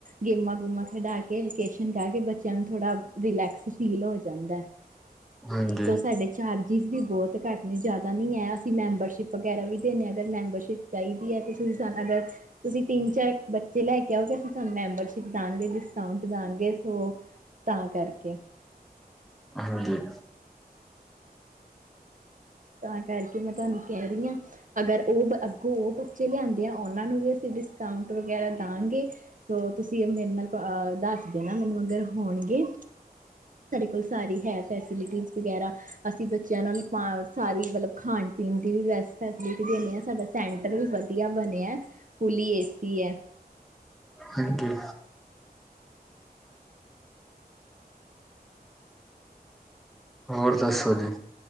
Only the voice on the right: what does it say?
ਗੇਮਾਂ ਗੂਮਾ ਖਿਡਾ ਕੇ, ਵਕੇਸ਼ਨ ਕਰ ਕੇ, ਬੱਚਿਆਂ ਨੂੰ ਥੋੜ੍ਹਾ ਰਿਲੈਕਸ ਫੀਲ ਹੋ ਜਾਂਦਾ
ਸੋ ਸਾਡੇ ਚਾਰ ਫੀਸ ਵੀ ਬਹੁਤ ਘੱਟ ਨੇ ਜ਼ਿਆਦਾ ਨਹੀਂ ਹੈ, ਅਸੀਂ ਮੈਂਬਰਸ਼ਿਪ ਵਗੈਰਾ ਵੀ ਦਿੰਦੇ ਹਾਂ ਅਗਰ ਮੈਂਬਰਸ਼ਿਪ ਚਾਹੀਦੀ ਹੈ ਤੇ ਤੁਸੀਂ ਸ ਅਗਰ ਤੁਸੀਂ, ਤਿੰਨ- ਚਾਰ ਬੱਚੇ ਜੇ ਲੈ ਕੇ ਆਉਗੇ, ਅਸੀਂ ਤੁਹਾਨੂੰ ਮੈਂਬਰਸ਼ਿਪ ਦਵਾਂਗੇ, ਡਿਸਕਾਊਂਟ ਦਵਾਂਗੇ, ਸੋ ਤਾਂ ਕਰਕੇ-
ਤਾਂ ਕਰਕੇ ਮੈਂ ਤੁਹਾਨੂੰ ਕਹਿ ਰਹੀ ਹਾਂ। ਅਗਰ ਉਹ, ਅੱਗੋਂ ਉਹ ਬੱਚੇ ਲਿਆਂਦੇ ਆ, ਉਹਨਾਂ ਨੂੰ ਵੀ ਅਸੀਂ ਡਿਸਕਾਊਂਟ ਵਗੈਰਾ ਦਵਾਂਗੇ। ਸੋ ਤੁਸੀਂ ਮੇਰੇ ਨਾਲ, ਦੱਸ ਦੇਣਾ ਮੈਨੂੰ ਅਗਰ ਹੋਣਗੇ। ਸਾਡੇ ਕੋਲ ਸਾਰੀ ਹੈ, ਫੈਸਿਲਿਟੀ ਵਗੈਰਾ, ਅਸੀਂ ਬੱਚਿਆਂ ਨਾਲ ਪਾ, ਸਾਰੀ ਮਤਲਬ ਖਾਣ- ਪੀਣ ਦੀ ਵੀ ਵੈਸ ਫੈਸਲਿਟੀ ਦਿੰਦੇ ਹਾਂ ਸਾਡਾ ਸੈਂ, ਵੀ ਵਧੀਆ ਬਣਿਆ, ਫੁਲੀ ਏਸੀ ਹੈ।